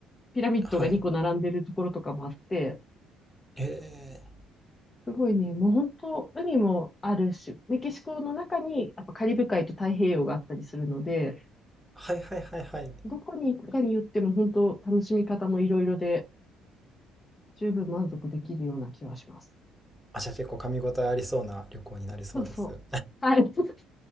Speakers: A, on the left; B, in the centre.
A: ピラミッドが2個並んでるところとかもあって、
B: はい。えー、
A: すごいね、もう本当、海もあるし、メキシコの中にやっぱカリブ海と太平洋があったりするので、
B: はいはいはいはい。
A: どこに行くかによっても本当、楽しみ方もいろいろで、十分満足できるような気はします。
B: あ、じゃあ結構噛み応えありそうな旅行になりそうです。
A: そうそう。はい。<laughs>